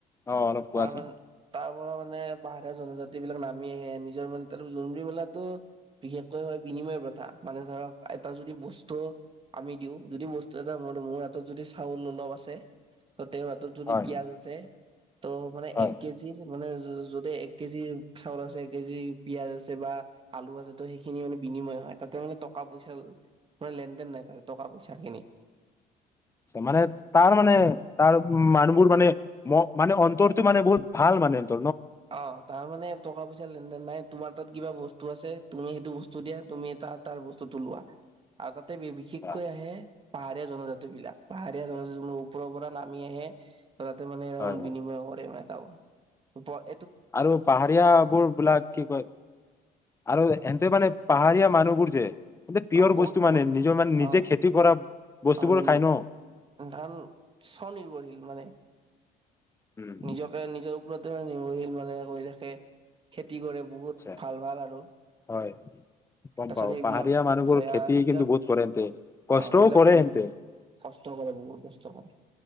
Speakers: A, on the left; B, on the right.
A: অ অলপ কোৱাচোন
B: তাৰ মান, তাৰ পৰা মানে পাহাৰীয়া জনজাতি সেইবিলাক নামি আহে, নিজৰ মানে <unintelligible> জোনবিল মেলাটো বিশেষকৈ হয় বিনিময় প্ৰথা। মানে ধৰক, এটা যদি বস্তু আমি দিওঁ, যদি বস্তু এটা, মোৰ হাতত যদি চাউল অলপ আছে ত', তেওঁৰ হাতত যদি
A: হয়
B: পিঁয়াজ
A: হয়
B: আছে, ত' মানে
A: হয়
B: এক কেজি, মানে য যদি এক কেজি চাউল আছে এক কেজি, পিঁয়াজ আছে বা, আলু আছে, ত' সেইখিনি মানে বিনিময় হয়। তাতে মানে টকা পইচা মানে লেন দেন নাই তাতে টকা পইচা খিনি।
A: মানে, তাৰ মানে, তাৰ মানুহবোৰ মানে, ম মানে অন্তৰটো মানে বহুত ভাল মানে। <inaudible>
B: অ তাৰ মানে টকা পইচা লেনদেন নাই। তোমাৰ তাত কিবা বস্তু আছে, তুমি সেইটো বস্তু দিয়া, তুমি তাৰ তাৰ বস্তুটো লোৱা। আৰু তাত তে বিশেষকৈ
A: আচ্ছা,
B: আহে পাহাৰীয়া জনজাতি বিলাক। পাহাৰীয়া জনজা <unintelligible> ওপৰৰ পৰা নামি আহে। <inaudible> ত', তাতে মানে <unintelligible>
A: হয় হয়
B: বিনিময় কৰে মানে। ডাউন ওপৰত
A: আৰু পাহাৰীয়াবোৰ বিলাক কি কয় আৰু এহেন্তে মানে পাহাৰীয়া মানুহবোৰ যে। এ পিয়ৰ
B: অহ, বহুত
A: বস্তু
B: ওপৰ
A: মানে নিজৰ মানে নিজে
B: অ',
A: খেতি কৰা বস্তুবোৰ
B: অ', নি
A: খাই ন
B: ধান স্বনিৰ্ভৰশীল মানে।
A: উম,
B: নিজকে নিজৰ ওপৰত আত্মৰনিৰ্ভৰশীল মানে হৈ ৰাখে খেত তি কৰে বহুত
A: আচ্ছা
B: ভাল, ভাল আৰু।
A: হয় গম
B: তাৰপিছত
A: পাও
B: সেইবিলাক
A: পাহাৰীয়া মানুহবোৰ
B: ভয়া
A: খেতি
B: সেইবিলাক
A: কিন্তু বহুত কৰে এন্তে কষ্টও
B: অহ, সেইবিলাক
A: কৰে
B: ভয়,
A: এন্তে
B: কষ্ট কৰে, বহুত কষ্ট কৰে।